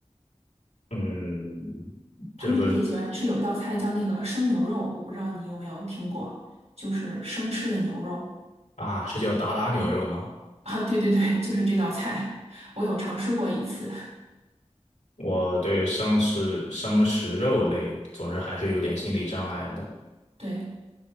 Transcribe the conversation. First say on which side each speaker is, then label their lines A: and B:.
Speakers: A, on the left; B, on the right.
A: 嗯，这个是
B: 他们也喜欢吃有一道菜叫那个生牛肉，我不知道你有没有听过，就是生吃的牛肉
A: 啊，是叫达达牛肉吗？
B: 啊。对对对，就是这道菜，我有尝试过一次。
A: 我对生吃生食肉类总是还是有点心理障碍的。
B: 对，